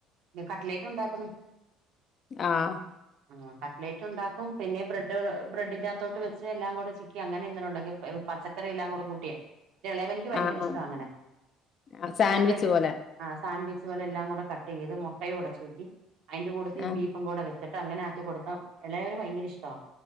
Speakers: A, on the right; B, on the left.
A: കട്ട്ലേറ്റ് ഒണ്ടാക്കും.
B: ആഹ്
A: ആഹ് കട്ട്ക്ലേറ്റ് ഒണ്ടാക്കും പിന്നെ ബ്രെഡ് ബ്രഡിനാത്തോട്ട് വെ ച്ചാ എല്ലാം കൂടി ചിക്കി അങ്ങനെ ഇന്നലെ ഉണ്ടകി പച്ചക്കറി എല്ലാം കൂട്ടിയേ എൻ്റെ എളായാനിക്ക് ബയങ്കര
B: ആഹ്
A: ഇഷ്ടാവാ
B: ആഹ്
A: അങ്ങനെ
B: ആഹ് സാൻവിച്ച്
A: നാൻ വെ
B: പോലെ
A: ആഹ് സാൻവിച്ച് പോലെ എല്ലാം കൂടെ കട്ട് ചെയ്ത് മുട്ടയും ഒടച്ച് ചൂറ്റി അയിന്റെ കൂടെത്തി
B: ആഹ്
A: ബീഫും കൂടെ വെ ച്ചിട്ട് അങ്ങനെ ആക്കി കൊട്ത്താ എളയവന് ബയങ്കര ഇഷ്ട്യാ